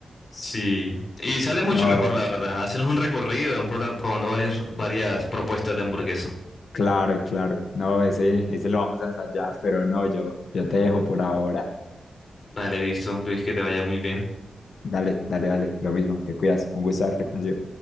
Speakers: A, on the left; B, on the left.
A: Sí. Y sale mucho
B: No,
A: mejor, la verdad. Hacen un recorrido y van prota- probando varias, varias propuestas de hamburguesa.
B: claro, claro. No, ese, ese lo vamos a ensayar, pero no, yo, yo te dejo por ahora.
A: Vale, listo, Luis, que te vaya muy bien.
B: Dale, dale, dale. Lo mismo, te cuidas. Un gusto haberte conocido.